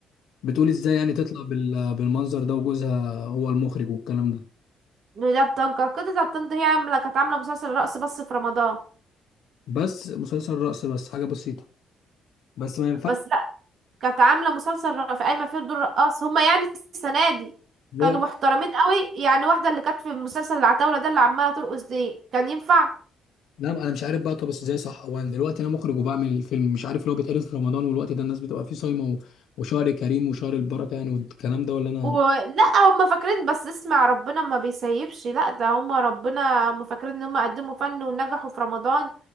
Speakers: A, on the left (about 75°); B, on the right (about 60°).
A: بتقول ازاي يعني تطلع بال- بالمنظر ده وجوزها هو المخرج والكلام ده
B: ده بتنكر كده ده بتنكر هي عاملة كانت عاملة مسلسل رقص بس في رمضان
A: بس مسلسل رقص بس حاجه بسيطه بس ما ينفعش
B: بس كانت عامله مسلسل في قايمه فيه دور رقاص هما يعني السنه دي
A: دلوقتي
B: كانوا محترمين قوي يعني واحده اللي كانت في مسلسل العتاوله ده اللي عماله ترقص دي كان ينفع
A: لا انا مش عارف بقى طب بس ازاي صح هو انا دلوقتي انا مخرج وبعمل الفيلم مش عارف لو بيتعرض في رمضان والوقت ده الناس بتبقى فيه صايمه و- وشهر كريم وشهر البركه يعني والكلام ده ولا انا
B: ولا هما فاكرين بس اسمع ربنا ما بيسيبش لا ده هما ربنا هما فاكرين ان هما قدموا فن ونجحوا في رمضان